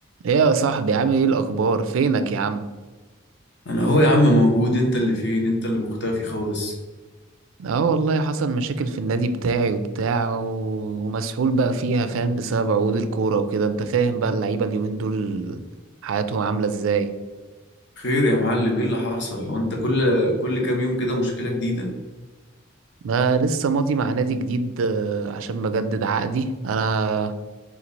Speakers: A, on the right (about 85°); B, on the left (about 60°).
A: ايه يا صاحبي عامل ايه الاخبار فينك يا عم
B: انا هو يا عم موجود انت اللي فين انت اللي مختفي خالص
A: اه والله حصل مشاكل في النادي بتاعي وبتاع و- ومسحول بقى فيها فاهم بسبب عقود الكورة وكده انت فاهم بقى اللعيبة اليومين دول حياتهم عاملة ازاي
B: خير يا معلم ايه اللي حصل هو انت كل كل كام يوم كده مشكلة جديدة
A: ما لسه ماضي مع نادي جديد آه، عشان بجدد عقدي انا